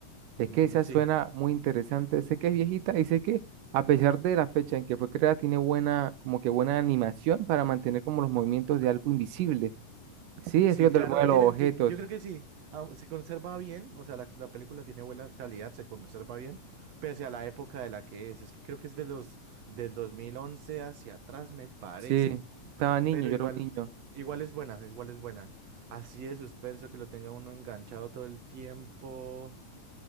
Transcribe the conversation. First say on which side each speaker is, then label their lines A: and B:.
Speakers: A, on the right (about 85°); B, on the right (about 70°).
A: es
B: mm,
A: que esa
B: mm, sí.
A: suena muy interesante. Sé que es viejita y sé que a pesar de la fecha en que fue creada, tiene buena, como que buena animación para mantener como los movimientos de algo invisible. Sí,
B: Sí,
A: este que
B: claro,
A: te mueve los
B: tienen,
A: objetos.
B: ti- yo creo que sí, ah, se conserva bien, o sea, la, la película tiene buena calidad, se conserva bien, pese a la época de la que es, es que creo que es de los, del 2011 hacia atrás, me parece,
A: Sí, estaba niño,
B: pero
A: yo
B: igual,
A: era un niño.
B: igual es buena, igual es buena, así de suspenso que lo tenga uno enganchado todo el tiempo,